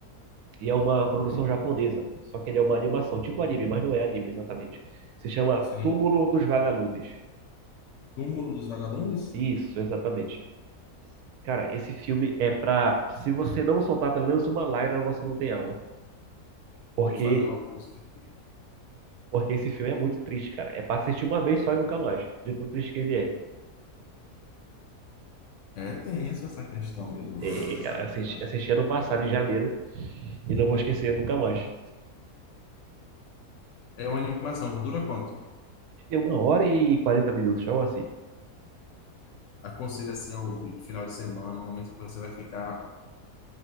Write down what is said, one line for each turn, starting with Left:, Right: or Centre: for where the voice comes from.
Right: E é uma produção japonesa. Só que ele é uma animação, tipo anime, mas não é anime exatamente. Se chama
Left: Sim.
Right: Túmulo dos Vagalumes.
Left: Túmulo dos Vagalumes?
Right: Isso, exatamente. Cara, esse filme é pra. Se você não soltar pelo menos uma lágrima, você não tem alma. Porque,
Left: Vou fazer uma busca aqui.
Right: porque esse filme é muito triste, cara. É pra assistir uma vez só e nunca mais. De tão triste que ele é.
Left: É tenso essa questão mesmo. dessa-
Right: É, cara, assisti,
Left: dessa-
Right: assisti ano passado, em janeiro, e não vou esquecer nunca mais.
Left: É uma animação que dura quanto?
Right: É uma hora e 40 minutos, algo assim.
Left: Aconselho assim a ouvir, final de semana, no momento que você vai ficar